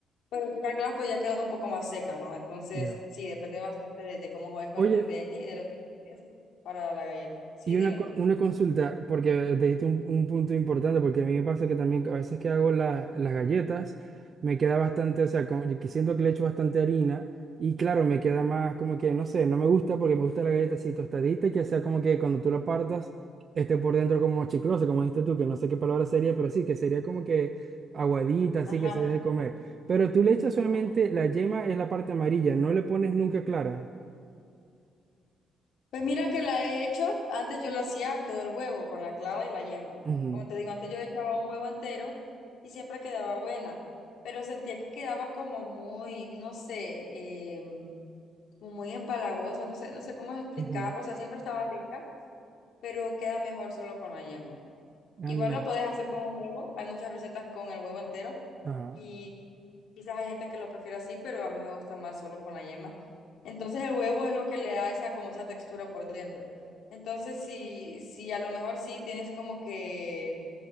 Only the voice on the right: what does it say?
Ya.
Oye,
Y
una, co- una consulta, porque te diste un, un punto importante, porque a mí me pasa que también a veces que hago la- las galletas, me queda bastante, o sea, como que siento que le echo bastante harina y claro, me queda más como que, no sé, no me gusta porque me gusta la galleta así tostadita, y que sea como que cuando tú la partas esté por dentro como chiclosa, como dijiste tú, que no sé qué palabra sería, pero sí, que sería como que aguadita, así
que se deje comer. Pero tú le echas solamente
la yema, es la parte amarilla, no le pones nunca clara.
Ujú,
ujú.
Ah,
mira.
Ajá.